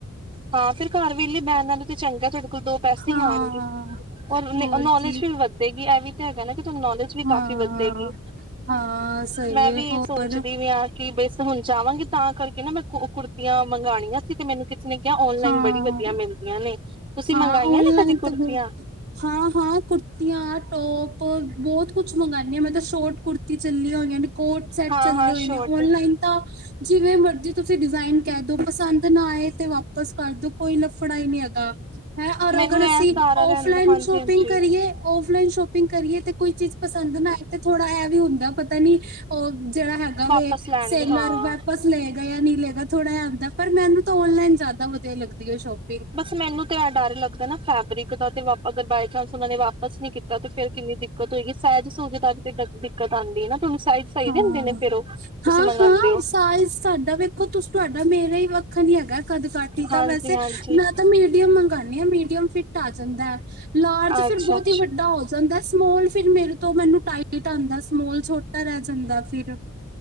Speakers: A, on the right; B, on the right.
A: ਹਾਂ ਫਿਰ। ਘਰ ਵੇਹਲੇ ਬੈਹਣ ਨਾਲੋ ਤਾਂ ਚੰਗਾ। ਤੁਹਾਡੇ ਕੋਲ ਦੋ ਪੈਸੇ
B: ਹਾਂ
A: ਹੀ ਆਉਣਗੇ ਔਰ
B: ਹੋਰ
A: ਨੌਲੇਜ
B: ਕੀ
A: ਵੀ ਵੱਧੇਗੀ ਐ ਵੀ? ਤੇ ਹੈਗਾ ਨਾ। ਤੇ ਤੁਹਾਨੂੰ ਨੌਲੇਜ ਵੀ
B: ਹਾਂ।
A: ਕਾਫ਼ੀ ਵੱਧੇਗੀ
B: ਹਾਂ ਸਹੀ
A: ਮੈਂ
B: ਹੈ
A: ਵੀ
B: ਹੋਰ
A: ਇਹ ਸੋਚਦੀ ਵੀ ਆ ਕਿ ਬਈ? ਤੇ ਹੁਣ ਜਾਵਾਂਗੀ ਤਾਂ ਕਰਕੇ ਨਾ ਮੈਂ ਕੁੜਤੀਆਂ ਮੰਗਵਾਉਣੀਆਂ ਸੀ ਤੇ ਮੈਨੂੰ? ਮੈਂ ਕਿਹਾ ਔਨਲਾਈਨ
B: ਹਾਂ
A: ਬੜੀ ਵਧੀਆ ਮਿਲਦੀਆਂ ਨੇ? ਤੁਸੀਂ
B: ਹਾਂ
A: ਮੰਗਾਈਆਂ
B: ਔਨਲਾਈਨ
A: ਨੇ ਕਦੀ ਕੁੜਤੀਆਂ
B: ਤੇ ਬਹੁ ਹਾਂ ਹਾਂ ਕੁੁੜਤੀਆਂ, ਟੋਪ ਬਹੁਤ ਕੁਛ। ਸਭ ਕੁਛ ਮੰਗਵਾਉਣੀ ਹਾਂ ਮੈ ਤਾਂ ਸ਼ੋਰਟ ਕੁੁੜਤੀ ਚੱਲੀਆਂ ਹੋਈਆਂ ਨੇ। ਕੋਟ ਸੈਟ
A: ਹਾਂ
B: ਚੱਲੇ
A: ਹਾਂ
B: ਹੋਏ
A: ਸ਼ੋਟ
B: ਨੇ ਔਨਲਾਈਨ ਤਾਂ। ਜਿਵੇਂ ਮਰਜ਼ੀ ਤੁਸੀਂ ਡਿਜ਼ਾਇਨ ਕਹਿ ਦੋ ਪਸੰਦ ਨਾ ਆਏ ਤੇ ਵਾਪਸ ਕਰਦੋ ਕੋਈ ਲਫੜਾ ਹੀ ਨਹੀਂ ਹੈਗਾ। ਹੈ ਔਰ
A: ਮੈਨੂੰ
B: ਅਗਰ
A: ਇਹ
B: ਅਸੀਂ
A: ਸਾਰਾ
B: ਔਫਲਾਈਨ
A: ਰਹਿੰਦਾ ਹਾਂਜੀ
B: ਸ਼ੋਪਿੰਗ
A: ਹਾਂਜੀ
B: ਕਰੀਏ? ਔਫਲਾਈਨ ਸ਼ੋਪਿੰਗ ਕਰੀਏ ਤੇ ਕੋਈ ਚੀਜ਼ ਪਸੰਦ ਨਾ ਆਏ ਤੇ ਥੋੜਾ ਇਹ ਵੀ ਹੁੰਦਾ ਪਤਾ ਨੀ। ਜਿਹੜਾ ਹੈਗਾ
A: ਵਾਪਸ
B: ਵੇ
A: ਲੈਣਗੇ
B: ਸੇਲਰ
A: ਹਾਂ
B: ਵਾਪਸ ਲਏਗਾ ਜਾ ਨਹੀਂ। ਲਏਗਾ ਥੋੜਾ ਏਦਾਂ ਹੈ ਪਰ ਮੈਨੂੰ ਤਾਂ ਔਨਲਾਈਨ ਜ਼ਿਆਦਾ ਵਧੀਆ ਲੱਗਦੀ ਹੈ ਸ਼ੌਪਿੰਗ।
A: ਬਸ ਮੈਨੂੰ ਤੇ। ਇਹ ਡਰ ਲੱਗਦਾ ਨਾ ਫੈਬਰਿਕ ਦਾ ਤੇ ਆਪਾਂ ਅਗਰ ਬਾਏ। ਬਾਏਚਾਂਨਸ ਉਹਨਾਂ ਨੇ ਵਾਪਸ ਨੀ ਕੀਤਾ ਤੇ ਫੇਰ ਕਿੰਨੀ ਦਿੱਕਤ? ਹੋਏਗੀ ਸਹਿਜ ਸੂਜ ਵਾਸਤੇ ਦਿੱਕਤ ਆਉਂਦੀ ਹੈ? ਹੁੰਦੀ ਹੈ ਨਾ। ਤੁਹਾਨੂੰ ਸਾਈਜ਼ ਸਹੀ
B: ਹਾਂ
A: ਦਿੰਦੇ ਨੇ ਫੇਰ ਉਹ ਤੁਸੀਂ
B: ਹਾਂ
A: ਮੰਗਵਾਉਂਦੇ
B: ਹਾਂ
A: ਹੋ
B: ਸਾਈਜ਼ ਸਾਡਾ ਵੇਖੋ ਤੁਸੀਂ ਤੁਹਾਡਾ ਮੇਰਾ ਹੀ ਵੱਖਣ ਹੀ ਹੈ। ਗੈ ਕਦ ਕਾਟੀ ਤਾਂ
A: ਹਾਂਜੀ
B: ਵੈਸੇ
A: ਹਾਂਜੀ
B: ਮੈਂ ਤਾਂ ਮੀਡੀਅਮ ਮੰਗਾਉਣੀ ਹਾਂ ਮੀਡੀਅਮ ਫਿੱਟ ਆ ਜਾਂਦਾ ਲਾਰਜ
A: ਅੱਛਾ
B: ਫਿਰ ਬਹੁਤ
A: ਅੱਛਾ
B: ਹੀ ਵੱਡਾ ਹੋ ਜਾਂਦਾ ਸਮੌਲ। ਹੋਰ ਫਿਰ ਮੇਰੇ ਤੋਂ ਮੈਨੂੰ ਟਾਈਟ ਆਉਂਦਾ ਸਮੋਲ? ਛੋਟਾ ਰਹਿ ਜਾਂਦਾ ਹੈ ਫਿਰ।